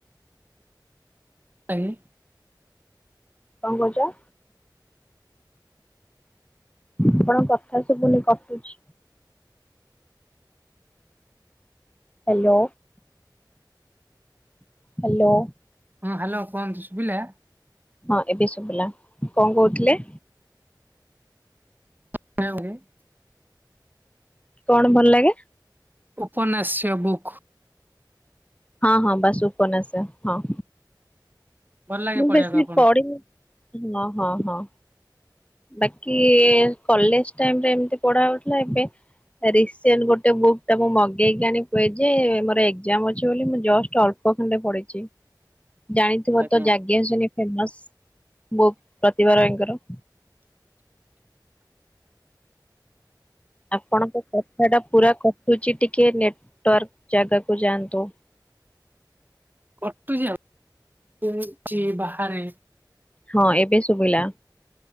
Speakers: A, on the right (about 25°); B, on the left (about 15°).
A: ଆଜ୍ଞା।
B: କଣ କହୁଚ? ଆପଣଙ୍କ କଥା ଶୁଭୁନି କଟୁଚି। Hello hello.
A: ହଁ ହାଲୋ କୁହନ୍ତୁ ଶୁଭିଲା?
B: ହଁ ଏବେ ଶୁଭିଲା, କଣ କହୁଥିଲେ?
A: <inaudible>
B: କଣ ଭଲ୍ ଲାଗେ?
A: ଉପନାସିୟ ବୁକ୍।
B: ହଁ ହଁ ବାସେ୍ ଉପନାସିୟ ହଁ।
A: ଭଲ ଲାଗେ
B: ମୁଁ
A: ପଢିବାକୁ
B: ବେଶୀ
A: ଆପଣଙ୍କୁ?
B: ପଢି ନି ନ ହଁ ହଁ ହଁ। ବାକି କଲେଜ୍ ଟାଇମରେ ଏମତି ପଢା ହଉଥିଲା, ଏବେ ରିସେଣ୍ଟେ ଗୋଟେ ବୁକ୍ ଟା ମୁଁ ମଗେଇକିଆଣି ଥୁଏ ଯେ ମୋର ଏକ୍ଜେମ ଅଛି ବୋଲି ମୁଁ ଜଷ୍ଟ୍ ଅଳ୍ ଆଉଖଣ୍ଡେ ପଢ଼ିଚି। ଜାଣିଥିବ
A: ଆଜ୍ଞା
B: ତ ଯାଜ୍ଞସେନି ଫେମସ୍ ବୁକ୍ ପ୍ରତିଭା ରାୟେ ଙ୍କର। ଆପଣଙ୍କ କଥାଟା ପୁରା କଟୁଚି ଟିକେ ନେଟେୱାର୍କ ଜାଗାକୁ ଯାଆନ୍ତୁ।
A: କରୁଚି ଆଉ, ଏଇଠି ବାହାରେ।
B: ହଁ ଏବେ ଶୁଭିଲା।